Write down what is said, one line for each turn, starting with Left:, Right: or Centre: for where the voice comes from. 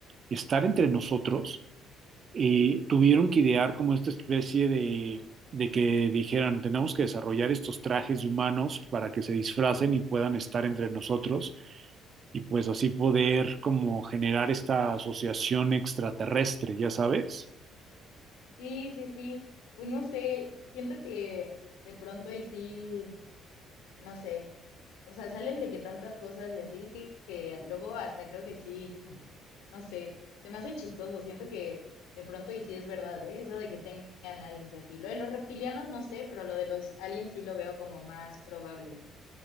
Right: estar entre nosotros, eh, tuvieron que idear como esta especie de, de que dijeran, tenemos que desarrollar estos trajes de humanos para que se disfracen y puedan estar entre nosotros y pues así poder como generar esta asociación extraterrestre, ya sabes.
Left: Sí, sí, sí. Pues no sé, siento que de pronto y sí. no sé. O sea, salen de que tantas cosas y así que, que luego hasta creo que sí, <laughs> no sé, se me hace chistoso, siento que de pronto y sí es verdad, ¿eh? Eso de que tengan aliens y así. Lo de los reptilianos no sé, pero lo de los aliens sí lo veo como más probable.